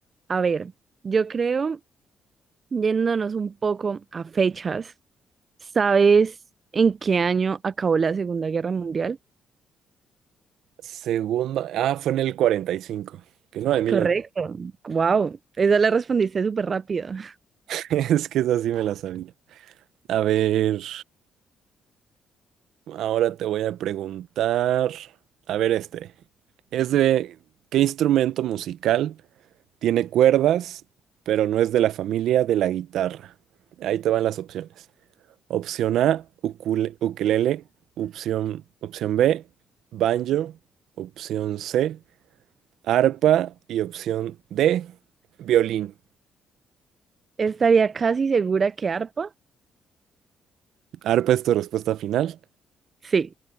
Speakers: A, on the right; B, on the right.
A: A ver, yo creo, yéndonos un poco a fechas, ¿sabes en qué año acabó la Segunda Guerra Mundial?
B: Segundo. Ah, fue en el cuarenta y cinco Que no, en 1900.
A: Correcto. Wow, esa la respondiste súper rápido. <laughs>
B: <laughs> Es que esa sí me la sabía. A ver. Ahora te voy a preguntar. A ver, este. Es de. ¿Qué instrumento musical tiene cuerdas, pero no es de la familia de la guitarra? Ahí te van las opciones. Opción A, ukule- ukelele. Opción, opción B, banjo. Opción C, Arpa y opción D, violín.
A: Estaría casi segura que ARPA.
B: Arpa es tu respuesta final.
A: Sí.